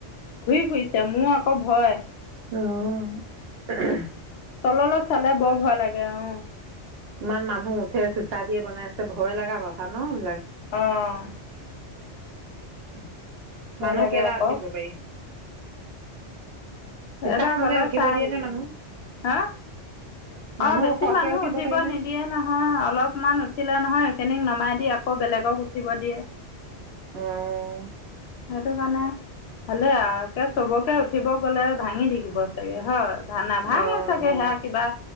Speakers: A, on the left (about 65°); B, on the right (about 65°).
A: ঘুৰিই ফুৰিছে মোৰ আকৌ ভয়।
B: আহ।
A: তললৈত চালে বৰ ভয় লাগে অ।
B: ইমান মানুহ উঠে চিচা দিয়ে বনাইছে ভয় লগা কথা ন এইবলাক।
A: আহ
B: উম মানুহ
A: লাগে
B: কেইটা
A: আকৌ।
B: উঠিব পাৰি। হিচাপ
A: এবাৰ
B: মতে
A: গ'লে
B: উঠিব
A: চাই
B: দিয়ে
A: আহিবি
B: নে মানুহ
A: হা
B: মানুহ
A: অ বেছি
B: সৰহকে
A: মানুহ উঠিব
B: পাৰি নে
A: নিদিয়ে নহয় অলপমান উঠিলে নহয় সেইখিনিক নমাই দি আকৌ বেলেগক উঠিব দিয়ে
B: অঁ
A: সেইটো কাৰণে ভালে আ চবকে উঠিব গ'লে ভাঙি থাকিব চাগে হয় ভানা ভাঙে
B: অঁ
A: চাগে
B: অঁ
A: সেয়া কিবা